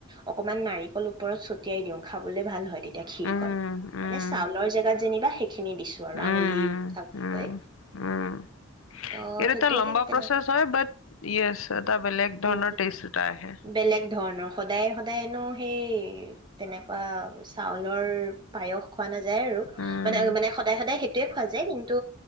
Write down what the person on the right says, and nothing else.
অকমান নাৰিকল ওপৰত ছটিয়াই দিওঁ খাবলে ভাল হয় তে তেতিয়া খীৰকণ
মানে চাউলৰ জেগাত যেনিবা খিনি দিছো আৰু
আঙুলি পিঠা বুলি
কয়।
ত'
সেইটো
সেই তেনেকুৱা
উম উম
বেলেগ ধৰণৰ সদায় সদায়নো সেই তেনে বা চাউলৰ পায়স খোৱা নাযায় আৰু
মানে মানে সদায় সদায় সেইটোয়ে খোৱা যায়। য়ে কিন্তু